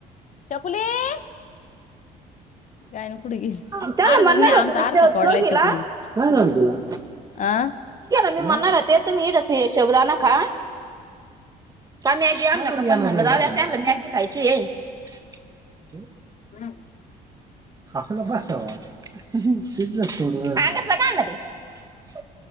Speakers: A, on the left; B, on the right.
A: छकुली <unintelligible> गायन कुठे गेली
B: मी
A: आरसाच
B: म्हणणार
A: नाही आमचा
B: होते
A: आरसा फोडलाय
B: दोघीला
A: चकुलीने
B: काय झालं तुला
A: आ
B: मी म्हणणार होते तुम्ही शाबुदाणा खा काम्यानला हे म्हणलं जाऊदे त्यांना मॅगी खायची <unintelligible>
A: हम
B: आपलं बसावा किती सोडले सांगलं का ते <unintelligible>